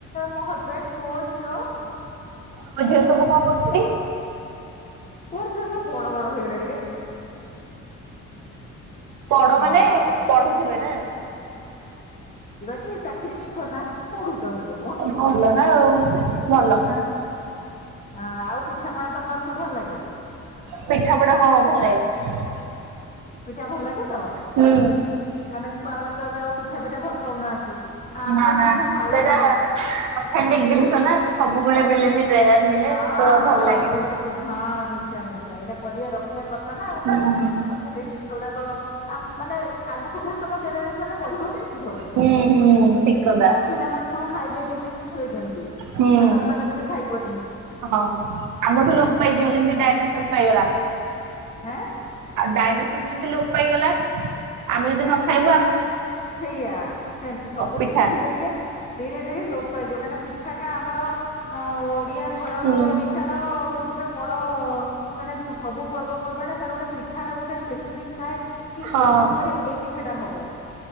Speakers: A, on the left; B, on the right.
A: ମୋ ହଜବେଣ୍ଡ ପୁଅ ଝିଅ
B: ମୋ
A: ମୁ
B: ଝିଅ
A: ଏମିତି
B: ସବୁ କଣ କରୁଛନ୍ତି?
A: ଆଉ କଣ ସେଗୁଡା ସବୁ ବଡ ବଡ ହେଇଗଲେଣି ରେ
B: ବଡ଼
A: ହଁ।
B: ମାନେ ପଢୁଥିବେ ନା?
A: ଏଇ ଚାକିରି କେହି କରୁନାହାନ୍ତି ପଢୁଛନ୍ତି ସବୁ।
B: ଭଲ ନା ଆଉ ଭଲ।
A: ହ ଆଉ ପିଠାପଣା ତମମାନକୁ ସବୁ ଭଲ ଲାଗେ?
B: ପିଠା ପଣାା ହଁ ଭଲ ଲାଗେ।
A: ପିଠା ଭଲ ଲାଗେ ତ
B: ହୁଁ
A: କାହିଁକିନା ଛୁଆମାନେ ତ ଏବେ ଆଉ ପିଠା ପିଠା ଭଲ ପାଉନାହାନ୍ତି। ଆମେ
B: ନା
A: ପିଠା
B: ନା
A: ଖାଇବୁନୁ।
B: ସେଇଟା ଅଥେଣ୍ଟିକ ଜିନିଷ ନା ସେ ସବୁବେଳେ ମିଳେନି। ରେୟାର ମିଳେ
A: ହଁ
B: ତ ଭଲ
A: ହଁ
B: ଲାଗେ।
A: ଭେରି ଗୁଡ ହଁ ନିଶ୍ଚୟ ନିଶ୍ଚୟ ଏଇଟା କରିବା ରଖିବା କଥା ନା ଆଉ।
B: ହୁଁ।
A: ଅନ୍ଥଟିକ ଜିନିଷଗୁଡାକ ମାନେ ଆଗକୁଫିର ତମ ଜେନେରେସନରେ ବଢିବକି? ସବୁ
B: ହୁଁ ହୁଁ ଠିକ କଥା।
A: ଆବ ପିଲାମାନେ ସବୁ ଖାଇବେ କେ ଶିଖିବେ କେମିତି
B: ହୁଁ।
A: ଆ ତମମାନେ ଯଦି ଖାଇବନି।
B: ହଁ ଆମଠୁ ଲୋପ ପାଇଯିବ ଯେମିତି ଡାଇନାସର ପାଇଗଲା।
A: ହାଁ
B: ଡାଇନାସୋର ଯେମତି ଲୋପ ପାଇଗଲା ଆମେ ଯଦି ନ ଖାଇବୁ ଆମର
A: ସେଇଆା ସେମିତି ସବୁ
B: ପିଠା।
A: ଜିନିଷ ଧୀରେ ଧୀରେ ଧୀରେ ଧୀରେ ଲୋପ ପାଇଏ ଯୋଉ କାଁଇଁ କଥାଟା ଆମର ଅ ଓଡିଆ ଘରର
B: ହୁଁ।
A: ଓଡିଶାର ହଉଛି ଗୋଟେ ବଡ ମାନେ ସବୁ ପର୍ବପର୍ବାଣ ତାର ଗୋଟେ ପିଠ ର ଗୋଟେ ସ୍ପେସିଫିକ ଥାଏ କି
B: ହଁ
A: ଏଇ ସମୟରେ ଏଇ ପିଠାଟା ହବ।